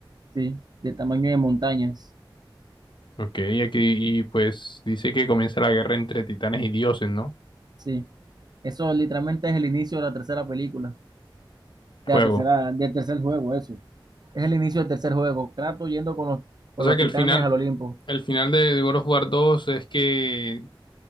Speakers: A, on the right; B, on the left.
A: Sí, de tamaño de montañas.
B: Ok, y aquí, y pues dice que comienza la guerra entre titanes y dioses, ¿no?
A: Sí. Eso literalmente es el inicio de la tercera película,
B: Juego.
A: de la tercera, del tercer juego, eso. Es el inicio del tercer juego. Kratos yendo con los, con
B: O sea
A: los
B: que
A: titanes
B: el final,
A: al Olimpo.
B: el final de, de God of War dos es que,